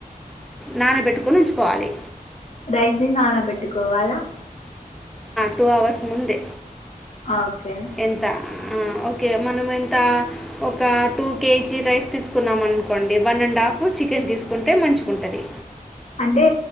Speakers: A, in the centre; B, on the left (about 45°).
A: నానబెట్టుకొని ఉంచుకోవాలి,
B: రైస్ ని నానబెట్టుకోవాలా
A: టూ అవర్స్ ముందే
B: ఆ ఓకే
A: ఎంత ఓకే మనం ఎంత ఒక టూ కేజీ రైస్ తీసుకున్నాం అనుకోండి వన్ అండ్ హాఫ్ చికెన్ తీసుకుంటే మంచిగా ఉంటది.
B: అంటే